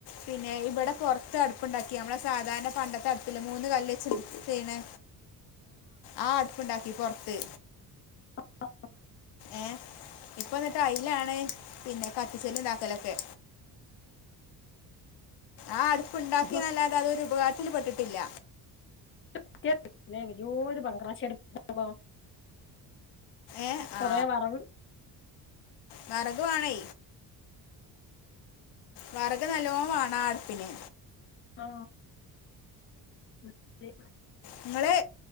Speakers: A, on the left (about 85°); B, on the left (about 30°).
A: പിന്നെ ഇവിടെ പൊറത്ത് അടുപ്പുണ്ടാക്കി നമ്മടെ സാധാരണ പണ്ടത്തെ അടുപ്പില്ലേ മൂന്ന് കല്ല് വെച്ച് ചെയ്യണേ
B: <inaudible>
A: ആ അടുപ്പുണ്ടാക്കി പൊറത്ത്
B: ആ ആ
A: ഏ ഇപ്പൊ അന്നിട്ട് അയിലാണ് പിന്നെ കത്തിച്ചലും ഇതാക്കലൊക്കെ
B: <unintelligible>
A: ആ അടുപ്പുണ്ടാക്കിയന്നല്ലാതെ
B: അപ്പൊ
A: അതൊരു ഉപകാരത്തില് പെട്ടിട്ടില്ല
B: <inaudible> വലിയോരു <unintelligible>
A: ഏ
B: കൊറേ
A: ആ
B: വെറവ്
A: വെറകു വേണേ വെറകു നല്ലോണം വേണം ആ അടുപ്പിന്
B: ആ <unintelligible>
A: നിങ്ങള്